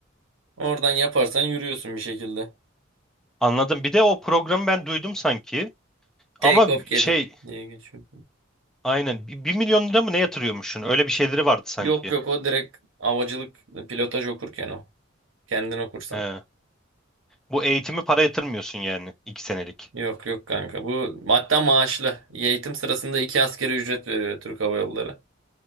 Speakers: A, on the right; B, in the centre.
A: Oradan yaparsan yürüyorsun bir şekilde.
B: Anladım. Bir de o programı ben duydum sanki. Ama
A: Take off cadet
B: şey
A: diye geçiyor.
B: aynen bir milyon lira mı ne yatırıyormuşsun? Öyle bir şeyleri vardı sanki.
A: Yok yok o direkt havacılık pilotaj okurken o. Kendin okursan.
B: He. Bu eğitimi para yatırmıyorsun yani 2 senelik.
A: Yok yok kanka. Bu hatta maaşlı. Eğitim sırasında iki askeri ücret veriyor Türk Hava Yolları.